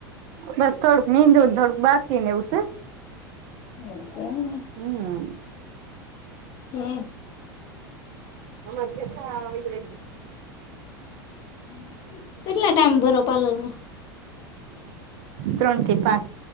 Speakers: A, on the right (about 45°); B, on the left (about 40°).
A: બસ થોડક નિંદુ ન થોડુક બાકી નેવું શે
B: એવું શે એમ ને
A: હમ
B: છે
A: <unintelligible>
B: <inaudible> કેટલા ટાઈમ ભરો પાર્લર માં
A: ત્રણથી પાંચ